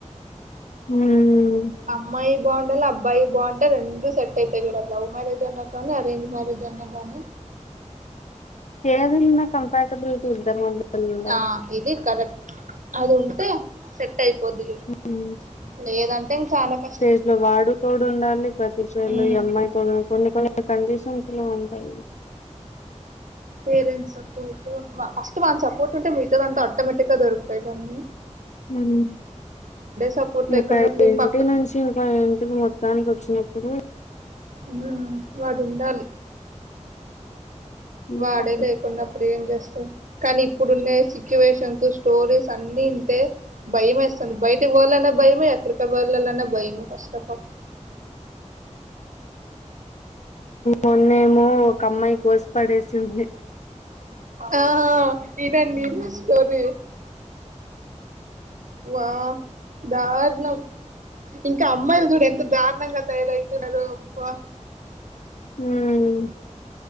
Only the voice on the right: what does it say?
అమ్మాయి బాగుండాలి అబ్బాయి బాగుంటే రెండు సెట్ అయితా చూడ లవ్ మ్యారేజ్ అన్నా కానీ అరేంజ్ మ్యారేజ్ అన్నా కానీ
ఆ ఇది కరెక్ట్ అది ఉంటే సెట్ అయిపోది చూడు
లేదంటే ఇంకా చాలా కష్టం
ఉమ్
parents support first van support ఉంటే మితదంత ఆటోమేటిక్గా దొరుకుతాయిలె అన్నీ
సపోర్ట్
లేకున్నప్పుడు
పక్క
ఉమ్ వాడు ఉండాలి
వాడే లేకున్నప్పుడు ఏం చేస్త కానీ ఇప్పుడునే సిచ్యువేషన్స్ స్టోరీస్ అన్ని ఇంటే భయమేస్ అస్సలు బయటికి పోవళ్ల భయమే ఎక్క వెళ్ళానన భయమే ఫస్టిఫుల్
ఆ ఇనండి ఇన స్టోరీ వా దారుణం ఇంకా అమ్మాయిలు చూడు ఎంత దారుణంగా తయారవుతున్నారు అబ్బా